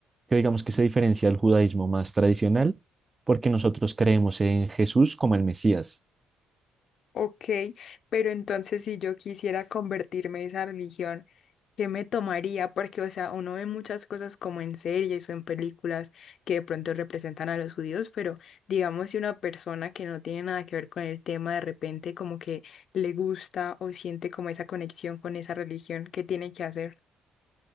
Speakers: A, on the right; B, on the left.
A: que digamos que se diferencia del judaísmo más tradicional porque nosotros creemos en Jesús como el Mesías.
B: Ok, pero entonces si yo quisiera convertirme a esa religión, ¿qué me tomaría? Porque, o sea, uno ve muchas cosas como en series o en películas que de pronto representan a los judíos, pero digamos si una persona que no tiene nada que ver con el tema de repente como que le gusta o siente como esa conexión con esa religión, ¿qué tiene que hacer?